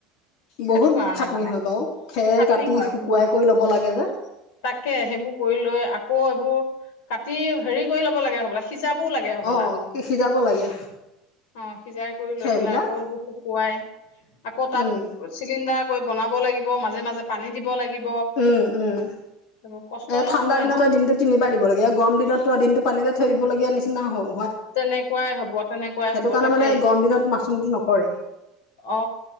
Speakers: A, on the left; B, on the left.
A: বহুত
B: সেইটো কাৰণে
A: খাটনি
B: মানে
A: হয় বাৰু খেৰ
B: খাটনি
A: কাটি
B: হয়
A: শুকুৱাই
B: উম
A: কৰি ল'ব লাগে যে।
B: তাকে সেইবোৰ কৰি লৈ আকৌ এইবোৰ কাটি হেৰি কৰি ল'ব লাগে হব। সিজাবও লাগে হবলা।
A: অঁ সিজাব লাগে
B: অ সিজাই কৰি
A: খেৰবিলাক
B: লৈ পেলাই আকৌ সেইবোৰ শুকুৱাই আকৌ তাত
A: এই
B: চিলিণ্ডাৰ বনাব লাগিব মাজে মাজে পানী দিব লাগিব।
A: উম উম
B: সেইবোৰ কষ্ট
A: এ
B: অলপ
A: ঠাণ্ডা
B: হয়
A: দিনত
B: ন
A: দিনতটো তিনিবাৰ দিব লাগে আৰু গৰম দিনত প দিনটো পানীতে থৈ দিব গীয়া নিচিনা হওক
B: তেনেকুৱাই হব তেনেকুৱাই হব
A: কাৰণে
B: তাকে
A: মানে গৰম দিনত মাছৰুমটো নকৰে
B: অ